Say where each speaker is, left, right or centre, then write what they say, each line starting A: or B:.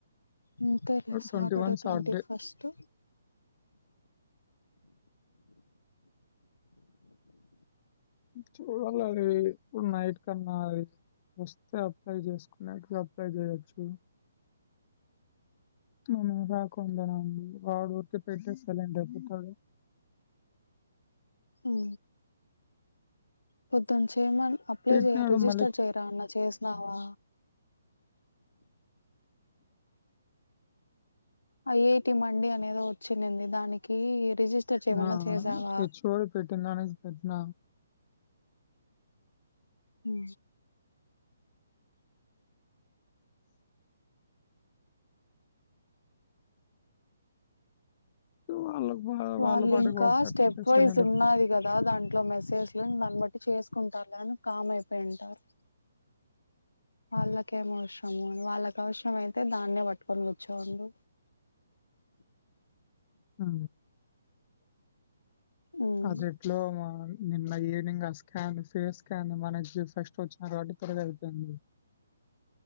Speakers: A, on the left (about 70°); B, on the left (about 30°).
A: అంతేలే Saturday
B: twenty one
A: twenty
B: Saturday
A: first
B: చూడాల అది ఇప్పుడు నైట్ కన్నా అది వస్తే అప్లై జేస్కున్నాక అప్లై జేయచ్చు. అవున రాకుండనా అండి రాకుంటే పెట్టేస్తే సైలెంట్ అయిపోతాడు
A: ఉ పొద్దున్న చేమన్ అప్లై
B: పెట్టినాడు
A: జే రిజిస్టర్
B: మళ్ళీ
A: చేయరా అన్న చేసినావా ఐఐటి మండి అనేదో వచ్చింది దాని కి రిజిస్టర్ చేయమన్నా
B: ఆ!
A: చేసావా
B: హెచ్ఓడి పెట్టినదానికి పెట్టినా
A: ఉ
B: వాళ్ళకి వా
A: వాళ్ళింకా
B: వాళ్ళ పాటికి వాళ్ళు
A: స్టెప్
B: పెట్టి
A: వైజ్
B: సైలెంట్ అయిపోతారు.
A: ఉన్నాది గదా దాంట్లో మెసేజ్ ఇట్లా దాన్ బట్టి చేస్కుంటారులే అని కామ్ అయిపోయింటారు. వాళ్ళకేం అవసరం వాళ్ళకి అవసరం అయితే దాన్నే పట్టుకొని కూర్చోండు
B: ఆ
A: ఉమ్
B: అదిట్లో నిన్న ఈవనింగ్ ఆ స్కాన్ సిస్కాన్ మనకి ఫస్ట్ వచ్చిన కాబట్టి త్వరగా అయిపోంది.